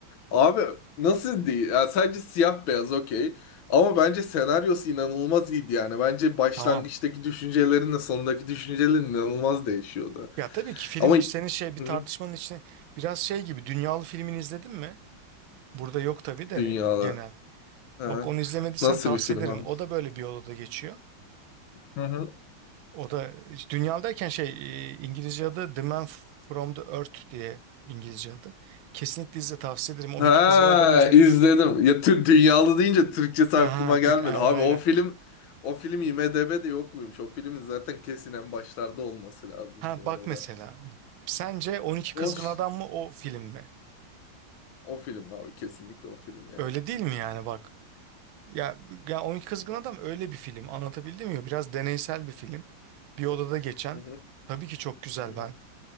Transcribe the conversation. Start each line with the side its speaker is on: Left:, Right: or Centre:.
Left: Abi nasıl değil? Yani sadece siyah beyaz okey. Ama bence senaryosu inanılmaz iyiydi yani. Bence başlangıçtaki
Right: Tamam.
Left: düşüncelerinle sondaki düşüncelerin inanılmaz değişiyordu.
Right: Ya tabii ki film
Left: Ama
Right: senin şey bir tartışmanın
Left: Hı hı.
Right: içine biraz şey gibi dünyalı filmini izledin mi? Burada yok tabii de
Left: dünyada.
Right: genel.
Left: He.
Right: Bak onu izlemediysen
Left: Nasıl
Right: tavsiye
Left: bir film
Right: ederim.
Left: abi?
Right: O da böyle bir odada geçiyor.
Left: Hı hı.
Right: O da işte dünyadayken şey e, İngilizce adı The Man From The Earth diye İngilizce adı. Kesinlikle izle tavsiye ederim. 12
Left: Ha
Right: Kızgın Adam'ı izlediyiz.
Left: izledim. Ya Türk dünyalı deyince Türkçesi
Right: Ha
Left: aklıma
Right: ha tık,
Left: gelmedi.
Right: aynen
Left: Abi
Right: aynen.
Left: o film o film IMDb'de yok muymuş? O filmin zaten kesin en başlarda olması lazım
Right: Ha
Left: bu
Right: bak
Left: arada.
Right: mesela. Sence 12 Kızgın
Left: O ş-
Right: Adam mı o film mi?
Left: o film abi kesinlikle o film yani.
Right: Öyle değil mi yani bak. Ya, ya 12 Kızgın Adam öyle bir film anlatabildim mi? Biraz deneysel bir film. Bir odada geçen.
Left: Hı hı,
Right: Tabii ki çok güzel
Left: hı hı,
Right: ben.